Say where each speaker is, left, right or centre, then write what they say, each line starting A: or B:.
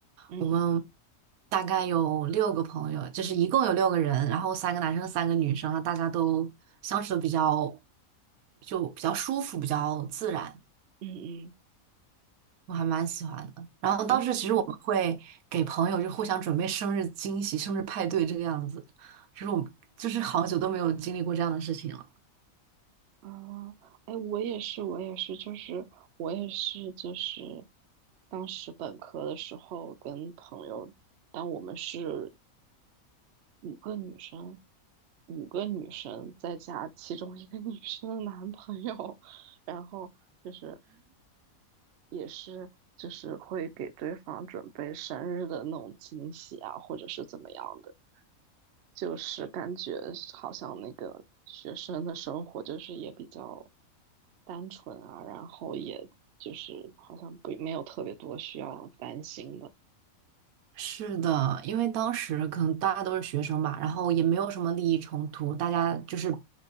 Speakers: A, on the right; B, on the right.
A: 嗯
B: 我们大概有六个朋友，就是一共有六个人，然后三个男生，三个女生，然后大家都相处的比较就比较舒服，比较自然。
A: 嗯嗯，
B: 我还蛮喜欢的。然后当时其实我们会给朋友就互相准备生日惊喜、
A: 哎
B: 生日派对这个样子，就是我们就是好久都没有经历过这样的事情了。
A: 啊，哎，我也是，我也是，就是我也是，就是当时本科的时候跟朋友，但我们是五个女生，五个女生再加其中一个女生的男朋友，<laughs> 然后就是。也是就是会给对方准备生日的那种惊喜啊，或者是怎么样的，就是感觉好像那个学生的生活就是也比较单纯啊，然后也就是好像不没有特别多需要担心的，
B: 是的，因为当时可能大家都是学生吧，然后也没有什么利益冲突，大家就是